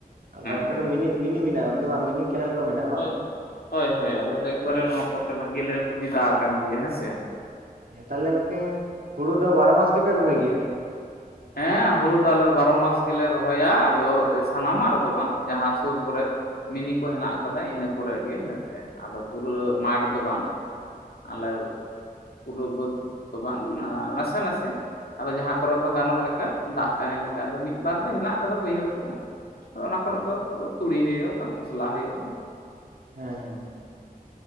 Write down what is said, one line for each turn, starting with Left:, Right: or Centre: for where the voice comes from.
Right: ᱟᱫᱚ, ᱚᱱᱛᱮ
Left: ᱦᱳᱭ
Right: ᱫᱚ ᱢᱤᱱᱤ ᱢᱤᱱᱤ ᱢᱮᱱᱟᱜᱼᱟ ᱜᱚᱝᱠᱮ ᱵᱟᱝ ᱢᱤᱱᱤ ᱠᱮᱱᱮᱞ ᱠᱚ ᱢᱮᱱᱟᱜᱼᱟ।
Left: ᱦᱳᱭ-ᱦᱳᱭ
Right: ᱵᱟᱝ
Left: ᱦᱳᱭ ᱟᱞᱮ ᱫᱚ ᱮᱠᱵᱟᱨᱮ ᱱᱚᱣᱟ ᱠᱚᱛᱮ ᱵᱷᱟᱜᱮ ᱞᱮ ᱥᱩᱵᱤᱫᱷᱟ ᱠᱟᱱ ᱜᱮᱭᱟ ᱦᱮᱸ ᱥᱮ᱾
Right: ᱛᱟᱦᱚᱞᱮ ᱜᱚᱝᱠᱮ ᱦᱩᱲᱩ ᱫᱚ, ᱵᱟᱨᱚ ᱢᱟᱥ ᱜᱮᱯᱮ ᱨᱚᱦᱚᱭ ᱜᱮᱭᱟ?
Left: ᱦᱮᱸ ᱦᱩᱲᱩ ᱫᱚ ᱟᱞᱮ ᱫᱚ ᱵᱟᱨᱚ ᱢᱟᱥ ᱜᱮᱞᱮ ᱨᱚᱦᱚᱭᱟ ᱾ ᱟᱫᱚ ᱥᱟᱱᱟᱢᱟᱜ ᱨᱮᱫᱚ ᱵᱟᱝ ᱡᱟᱸᱦᱟᱸ ᱥᱩᱨ ᱠᱚᱨᱮ ᱼᱼ ᱢᱤᱱᱤ ᱠᱚ ᱦᱮᱱᱟᱜ ᱠᱟᱫᱟ ᱤᱱᱟᱹ ᱠᱚᱨᱮ ᱜᱮ, ᱦᱮᱸᱥᱮ ᱟᱫᱚ ᱯᱩᱨᱟᱹ ᱢᱟᱴᱷ ᱫᱚ ᱵᱟᱝ। ᱟᱞᱮ ᱯᱩᱨᱟᱹ ᱵᱟᱹᱫᱽ ᱫᱚ ᱵᱟᱝ ᱱᱟᱥᱮ- ᱱᱟᱥᱮ ᱼᱼ ᱟᱫᱚ ᱡᱟᱸᱦᱟ ᱠᱚᱨᱮᱜ ᱫᱚ ᱜᱟᱱᱚᱜ ᱞᱮᱠᱟ, ᱫᱟᱜ ᱛᱟᱦᱮᱱ ᱞᱮᱠᱟ ᱟᱫᱚ ᱢᱤᱫᱵᱟᱨ ᱫᱚ ᱦᱮᱱᱟᱜ ᱠᱟᱫᱟ ᱵᱟᱹᱭᱦᱟᱹᱲ ᱠᱚᱦᱚ᱾ ᱚᱱᱟ ᱠᱚᱨᱮᱜ
Right: ᱚ
Left: ᱫᱚ ᱛᱩᱲᱤ ᱦᱩᱭᱩᱜᱼᱟ ᱵᱟᱠᱷᱟᱱ ᱠᱷᱚᱥᱞᱟ ᱦᱩᱭᱩᱜᱼᱟ।
Right: ᱦᱮᱸ ᱦᱮᱸ